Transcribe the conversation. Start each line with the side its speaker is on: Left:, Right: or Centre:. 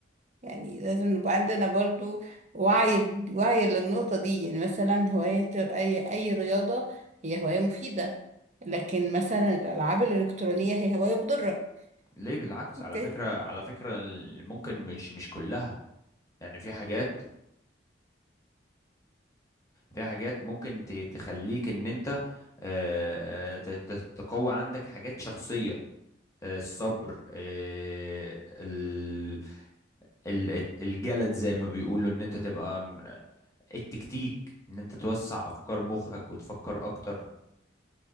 Right: يعني لازم نبقى عندنا برضو وعي وعي للنقطة دي يعني مثلا هواية ال- أي أي رياضة هي هواية مفيدة لكن مثلا الألعاب الإلكترونية هي هواية مضرة
Left: ليه بالعكس
Right: اوكي
Left: على فكرة على فكرة ال- ممكن مش مش كلها يعني في حاجات في حاجات ممكن ت- تخليك ان انت آه، ت- ت- تقوي عندك حاجات شخصية آه، الصبر آه، ال- ال- الجلد زي ما بيقولوا ان انت تبقى التكتيك ان انت توسع افكار مخك وتفكر اكتر